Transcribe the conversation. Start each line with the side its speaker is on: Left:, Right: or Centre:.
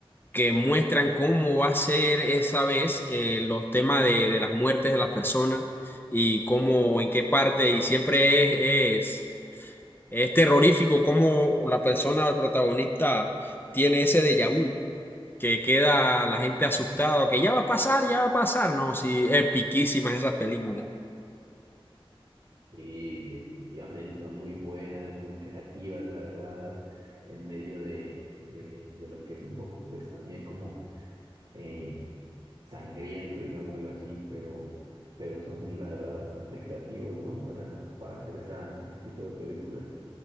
Left: que muestran cómo va a ser esa vez eh, los temas de, de las muertes de las personas y cómo, en qué parte, y siempre es, es, es terrorífico cómo la persona, el protagonista, tiene ese déjà vu que queda la gente asustada, que ya va a pasar, ya va a pasar, ¿no? Sí, epiquísimas esas películas.
Right: Y definitivamente son muy buenas, muy creativas, la verdad, en medio de, de, de lo que es un poco, pues también como... eh, sangriento, digámoslo así, pero, pero son la verdad bastante creativos, ¿no? Para, para hacer esa, ese tipo de películas.